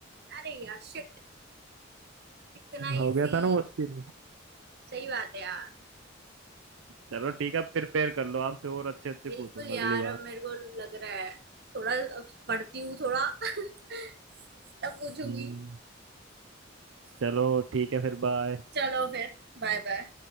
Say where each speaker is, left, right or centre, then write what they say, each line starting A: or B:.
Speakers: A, on the right; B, on the right.
A: अरे यार शिट इतना
B: हो
A: इजी
B: गया था ना मुश्किल
A: सही बात है यार
B: चलो ठीक है प्रिपेयर कर लो आपसे और अच्छे अच्छे
A: बिल्कुल
B: पूछूंगा
A: यार
B: अगली बार
A: अब मेरे को लग रहा है थोड़ा अब पढ़ती हूँ थोड़ा <laughs> तब पूछूंगी
B: हम्म चलो ठीक है फिर बाय
A: चलो फिर बाय बाय